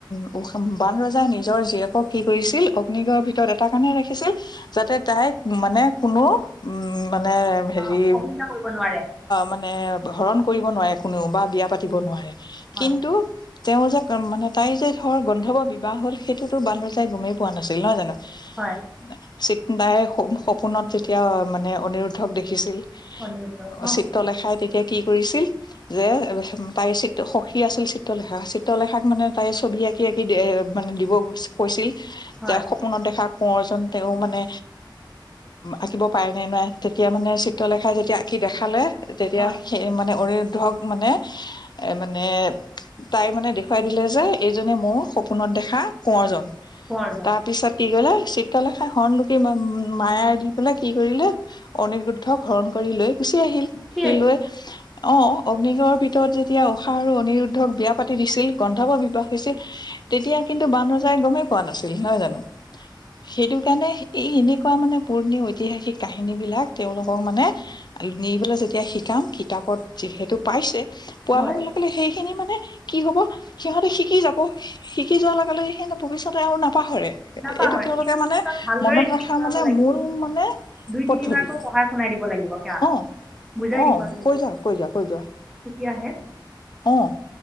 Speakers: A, on the left (about 60°); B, in the centre.
A: হ বান ৰজাই নিজৰ জীয়েকক কি কৰিছিল অগ্নিগড়ৰ ভিতৰত এটা কাৰণে ৰাখিছিল যাতে তাইক মানে কোনো উম, মানে হেৰি
B: অ, অসুবিধা কৰিব নোৱাৰে
A: মানে হৰণ কৰিব নোৱাৰে কোনেও বা বিয়া পাতিব নোৱাৰে
B: হয়
A: কিন্তু তেওঁ যে মানে তাইৰ যে ধৰ গন্ধৰ্ব বিবাহ হ'ল সেইটোতো বান্ধোজাই গমেই পোৱা নাছিল নহয় জানো।
B: হয়
A: নে চি নাই স সু সপোনত যেতিয়া মানে অনিৰুদ্ধক দেখিছিল। অ',
B: অনিৰুদ্ধ অঁ
A: চিত্ৰলেখাই তেতিয়া কি কৰিছিল যে তাইৰ চিত্ৰ সখী আছিল চিত্ৰলেখা চিত্ৰলেখাক মানে তাই ছবি আঁকি আঁকি মানে দিব কৈছিল।
B: হয়
A: যে সপোনত দেখা কোঁৱৰজন তেওঁ মানে আঁকিব পাৰেনে নাই তেতিয়া মানে চিত্ৰলেখাই যেতিয়া আঁকি দেখালে তেতিয়া
B: হয়
A: সেই মানে অ'ৰে ধৰক মানে এ মানে তাই মানে দেখুৱাই দিলে যে এইজনে মোৰ সপোনত দেখা কোঁৱৰজন
B: কোঁৱৰজন
A: তাৰপিছত কি কৰিলে চি খাই হলকে বা উম মায়াৰ দি পেলাই কি কৰিলে অণিৰুদ্ধ হৰণ কৰি লৈ গুচি আহিল
B: ঠিক
A: সে
B: আছে
A: লৈ অ'। অগ্নিগড়ৰ ভিতৰত যেতিয়া উষা আৰু অনিৰুদ্ধক বিয়া পাতি দিছিল গন্ধৰ্ৱ বিবাহ হৈছিল তেতিয়া কিন্তু বান ৰজাই গমেই পোৱা নাছিল। নহয় জানো সেইটো কাৰণে এই এনে তেনেকুৱা মানে পুৰণি ঐতিহাসিক কাহিনী বিলাক তেওঁলোকক মানে নি পেল যেতিয়া শিকাম কিতাপত যিহেতু পাইছে পোৱাৰ
B: হয়
A: লগে, লগে, লগে সেইখিনি মানে কি হ'ব সিহঁতে শিকি যাব শিকি যোৱাৰ লগে লগে সে ভৱিষ্যতে আৰু নাপাহৰে
B: নাপাহৰে
A: এইটো তেওঁলোকে
B: কিন্তু
A: মানে
B: পিছত ভালদৰে
A: মনত
B: ৰিপিট
A: ৰাখ
B: কৰাব
A: মানে
B: লাগিব
A: মূল মানে
B: দুই
A: পদ্ধতি
B: তিনিবাৰকৈ পঢ়াই শুনাই দিব লাগিব সিহঁতক
A: অ',
B: বুজাই
A: অহ,
B: দিব লাগিব
A: কৈ যোৱা, কৈ যোৱা কৈ যোৱা
B: তেতিয়াহে
A: অ'।